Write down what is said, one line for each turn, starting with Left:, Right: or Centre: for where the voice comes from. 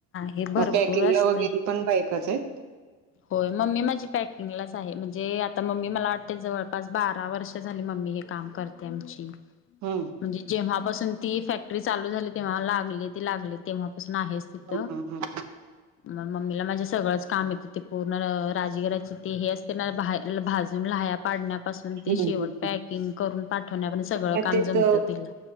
Left: हे भरपूर
Right: मग पॅकिंगला
Left: असत.
Right: वगैरे पण बायकाच आहेत
Left: होय मम्मी माझी पॅकिंगलाच आहे म्हणजे आता मम्मी मला वाटते जवळपास बारा वर्ष. अ झाली मम्मी हे काम करते आमची.
Right: हम्म
Left: म्हणजे जेव्हापासून ती फॅक्टरी चालू झाली तेव्हा लागली ते लागले तेव्हा पासून आहेच तिथं.
Right: हम्म हम्म.
Left: मग मम्मीला माझे सगळंच काम येतं ते पूर्ण राजगिराची ते हे असते ना भाजून लहाया. पाडण्यापासून ते
Right: हम्म
Left: शेवट
Right: हम्म
Left: पॅकिंग करून पाठवण्या पर्यंत सगळं
Right: मग
Left: काम
Right: तेच
Left: जमतं तिला.